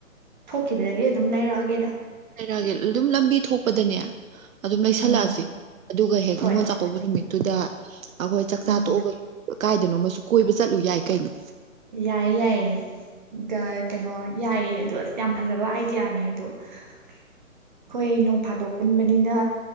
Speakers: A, on the right (about 35°); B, on the right (about 75°).
A: ꯊꯣꯛꯈꯤꯕꯗꯒꯤ ꯑꯗꯨꯝ ꯂꯩꯔꯛꯑꯒꯦꯗ
B: <unintelligible> ꯑꯗꯨꯝ ꯂꯝꯕꯤ ꯊꯣꯛꯄꯗꯅꯦ ꯑꯗꯨꯝ ꯂꯩꯁꯜꯂꯛꯑꯁꯤ
A: ꯎꯝ
B: ꯑꯗꯨꯒ ꯍꯦꯛ
A: ꯍꯣꯏ
B: ꯅꯤꯉꯣꯜ ꯆꯥꯛꯀꯧꯕ ꯅꯨꯃꯤꯠ ꯑꯗꯨꯗ ꯑꯩꯈꯣꯏ ꯆꯥꯛꯆꯥ
A: ꯎꯝ
B: ꯇꯣꯛꯑꯒꯁꯨ ꯀꯥꯏꯗꯅꯣ ꯑꯃꯁꯨ ꯀꯣꯏꯕ ꯆꯠꯂꯨ ꯌꯥꯏ ꯀꯩꯅꯣ
A: ꯌꯥꯏ ꯌꯥꯏꯌꯦ ꯀꯩꯅꯣ ꯌꯥꯏꯌꯦ ꯑꯗꯣ ꯑꯁ ꯌꯥꯝ ꯐꯖꯕ ꯑꯥꯏꯗꯤꯌꯥꯅꯦ ꯑꯗꯣ ꯑꯩꯈꯣꯏ ꯅꯣꯡ ꯐꯥꯗꯣꯛꯄꯨꯟ ꯑꯅꯤꯅ